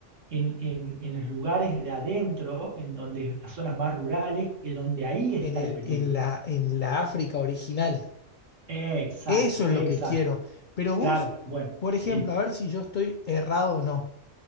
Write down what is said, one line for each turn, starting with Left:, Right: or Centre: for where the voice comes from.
Right: en, en- en los lugares de adentro, en donde las zonas más rurales, es donde ahí está
Left: En el-
Right: el peligro.
Left: en la, en la África original.
Right: Exacto,
Left: Eso es
Right: exacto.
Left: lo que quiero. Pero vos,
Right: Claro, bueno,
Left: por ejemplo,
Right: sí,
Left: a ver si yo estoy errado o no.